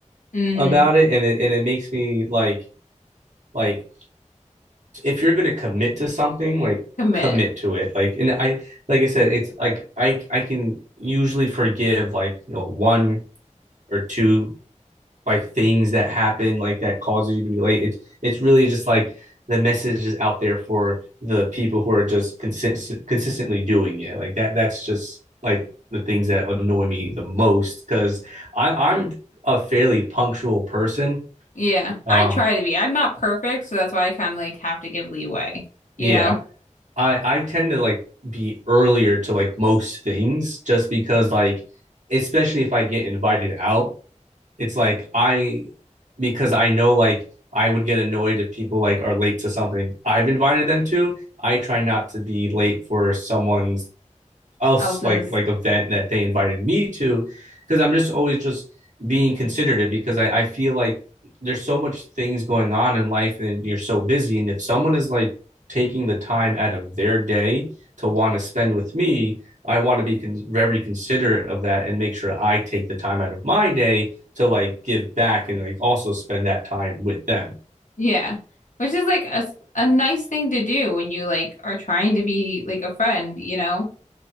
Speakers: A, on the left; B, on the right.
A: Mm.
B: about it and it and it makes me like like if you're going to commit to something, like
A: Commit.
B: commit to it. Like, and I, like I said, it's like I, I can usually forgive like you know one or two like things that happen like that causes you to be late. It's it's really just like the message is out there for the people who are just consistent consistently doing it. Like that. That's just like the things that annoy me the most because I'm a fairly punctual person.
A: Yeah. I
B: Um,
A: try to be. I'm not perfect, so that's why I kind of like have to give leeway, you
B: yeah,
A: know,
B: I I tend to like be earlier to like most things just because like especially if I get invited out, it's like I because I know like I would get annoyed if people like are late to something I've invited them to. I try not to be late for someone's else
A: else's.
B: like like event that they invited me to because i'm just always just being considerate because I, I feel like there's so much things going on in life and you're so busy and if someone is like taking the time out of their day to want to spend with me i want to be con- very considerate of that and make sure i take the time out of my day to like give back and like also spend that time with them
A: Yeah. Which is like a, a nice thing to do when you like are trying to be like a friend, you know?